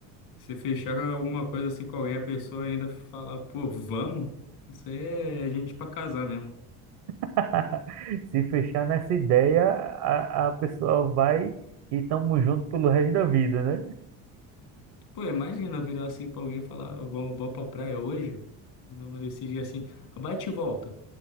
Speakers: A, on the left; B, on the right.
A: se fechar alguma coisa assim com alguém, a pessoa ainda falar, pô, vamos? Isso aí é é gente pra casar mesmo.
B: <laughs> Se fechar nessa ideia, a, a pessoa vai e tamo junto pelo resto da vida, né?
A: Pô, imagina eu virar assim pra alguém e falar, vamos, vamos pra praia hoje? Vamos decidir assim, bate e volta.